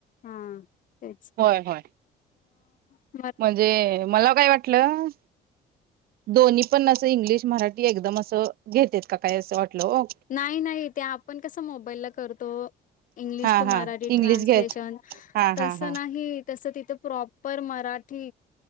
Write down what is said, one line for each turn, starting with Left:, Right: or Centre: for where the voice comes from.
Left: हा तेच
Right: होय होय
Left: ह
Right: म्हणजे मला काय वाटलं दोन्ही पण असं इंग्लिश मराठी एकदम असं घेतेत का काय असं वाटलं
Left: नाही नाही ते आपण कसं मोबाईल ला करतो इंग्लिश
Right: हा
Left: टू
Right: हा
Left: मराठी ट्रान्सलेशन
Right: इंग्लिश घ्यायच हा
Left: तस
Right: हा हा
Left: नाही तसं तिथं प्रॉपर मराठी